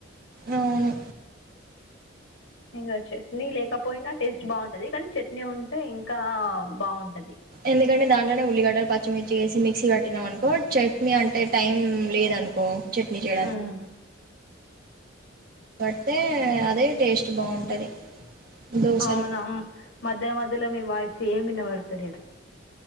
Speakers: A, on the right (about 50°); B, on the left (about 70°).
A: అవును
B: ఇంకా చట్నీ లేకపోయినా టేస్ట్ బాగుంటది కానీ చట్నీ ఉంటే ఇంకా బాగుంటది
A: ఎందుకంటే దాంట్లోనే ఉల్లిగడ్డలు పచ్చిమిర్చి వేసి మిక్సీ కట్టినాం అనుకో చట్నీ అంటే టైం లేదా అను కో చట్నీ చేయడా
B: ఉమ్
A: పడితే అదే టేస్ట్ బాగుంటది దోశలు
B: అవునా మధ్య మధ్యలో మీ వాయిస్ ఏమినబడతలేదు